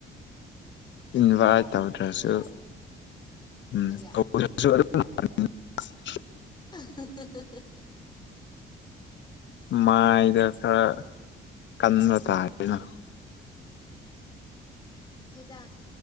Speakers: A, on the left; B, on the left.
A: ꯏꯟꯕꯥꯏ꯭ꯠ
B: ꯍꯣꯞ
A: ꯇꯧꯗ꯭ꯔꯁꯨ
B: ꯊꯝꯗ꯭ꯔꯗꯤ ꯌꯥꯗꯦ
A: ꯎꯝ
B: ꯀꯔꯤ
A: ꯀꯧꯗꯔꯁꯨ ꯑꯗꯨꯝ <unintelligible> <inaudible>
B: ꯑꯍꯥ ꯍꯥ ꯍꯥꯍꯥ
A: ꯃꯥꯏꯗ ꯈꯔ ꯀꯟꯕ ꯇꯥꯔꯦꯅ
B: ꯍꯣꯏꯗ